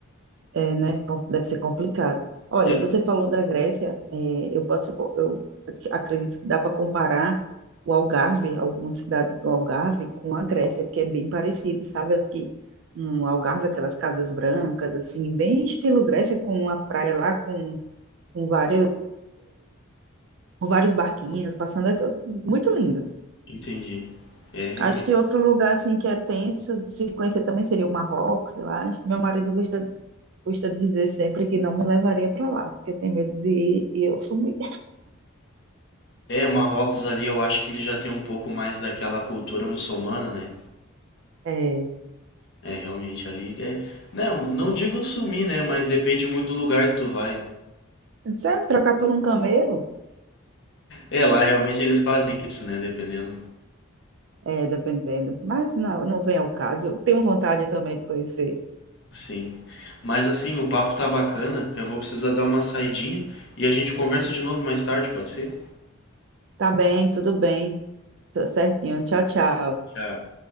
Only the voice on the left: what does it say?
Eu-
Entendi. É, realmente.
É, Marrocos ali eu acho que ele já tem um pouco mais daquela cultura muçulmana, né?
É, realmente ali é. Não, não digo sumir, né? Mas depende muito do lugar que tu vai. né?
É, lá realmente eles fazem isso, né? Dependendo.
Sim. Mas assim, o papo tá bacana. Eu vou precisar dar uma saidinha e a gente conversa de novo mais tarde, pode ser?
Tchau.